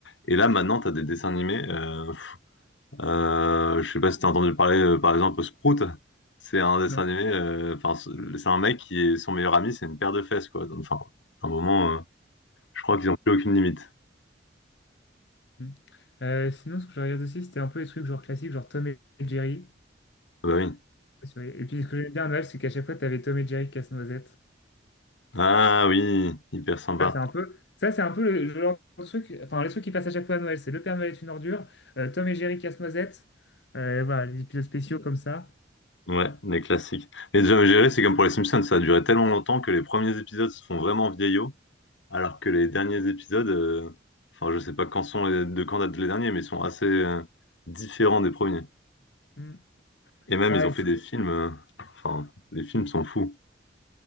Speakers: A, on the left; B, on the left.
A: Et là, maintenant, t'as des dessins animés. Euh, pff, euh, je sais pas si t'as entendu parler, euh, par exemple, Sprout. C'est un dessin
B: Non.
A: animé. euh, Enfin, c'est c'est un mec qui est son meilleur ami, c'est une paire de fesses, quoi. Donc, Enfin, à un moment, euh, je crois qu'ils ont plus aucune limite.
B: Hmm. Euh, sinon, ce que je regarde aussi, c'était un peu les trucs genre classiques, genre Tom et Jerry.
A: Ah Bah oui.
B: Et puis, ce que j'aime bien à Noël, c'est qu'à chaque fois, tu avais Tom et Jerry casse-noisette.
A: Ah oui, hyper sympa.
B: Ça, c'est un peu, ça, c'est un peu le, le genre de truc, enfin, les trucs qui passent à chaque fois à Noël, c'est Le Père Noël est une ordure, euh, Tom et Jerry casse-noisette, euh, voilà, les épisodes spéciaux comme ça.
A: Ouais, les classiques. Les Jam Gérés, c'est comme pour les Simpsons, ça a duré tellement longtemps que les premiers épisodes se font vraiment vieillots, alors que les derniers épisodes, euh, enfin je sais pas quand sont les, de quand datent les derniers, mais ils sont assez euh, différents des premiers.
B: Hmm.
A: Et même
B: Ah,
A: ils ont
B: et
A: fait
B: c'est-
A: des films, euh, enfin les films sont fous.